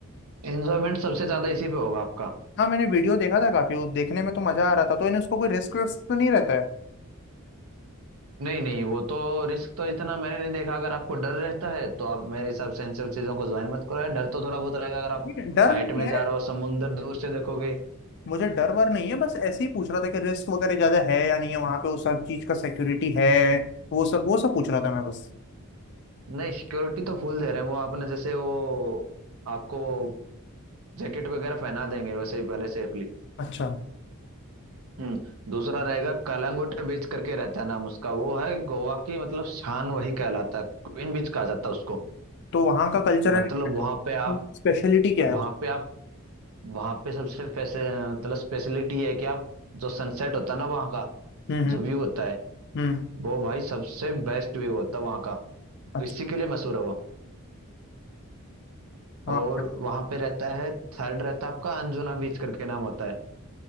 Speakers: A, on the right; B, on the left.
A: एंजॉयमेंट सबसे ज्यादा इसी पे होगा आपका
B: हाँ मैंने वीडियो देखा था काफी उस देखने में तो मजा आ रहा था तो इन उसको कोई रिस्क विस्क तो नहीं रहता है
A: नहीं नहीं वो तो रिस्क तो इतना मैंने नहीं देखा अगर आपको डर रहता है तो आप मेरे हिसाब से इन सब चीजों को ज्वाइन मत करो यार डर तो थोड़ा बहुत रहेगा अगर आप
B: ठीक है, डर
A: हाइट
B: नहीं
A: में
B: है
A: जा रहे हो समुंदर दूर से देखोगे
B: मुझे डर वर नहीं है बस ऐसे ही पूछ रहा था कि रिस्क वगैरह ज्यादा है या नहीं है वहाँ पे वो सब चीज का सिक्योरिटी है वो सब वो सब पूछ रहा था मैं बस
A: नहीं सिक्योरिटी तो फुल दे रहे हैं वो आपने जैसे वो आपको वो जैकेट वगैरह पहना देंगे वैसे ही पहले सेफली
B: अच्छा
A: हम्म दूसरा रहेगा कलंगुट बीच करके रहता है नाम उसका वो है गोवा की मतलब शान वही कहलाता है क्वीन बीच कहा जाता है उसको
B: तो वहाँ का कल्चर
A: मतलब
B: एंड
A: वहां पे आप
B: स्पेशलिटी क्या है
A: वहां
B: उसकी?
A: पे आप वहां पे सबसे पैसे मतलब स्पेशलिटी ये है कि आप जो सनसेट होता है ना वहां का
B: हम्म हम्म
A: जो व्यू होता है
B: हम्म,
A: वो भाई सबसे बेस्ट व्यू होता है वहां का
B: अच्छा
A: तो इसी के लिए मशहूर है वो
B: हाँ
A: और वहां पे रहता है थर्ड रहता है आपका अंजुना बीच करके नाम होता है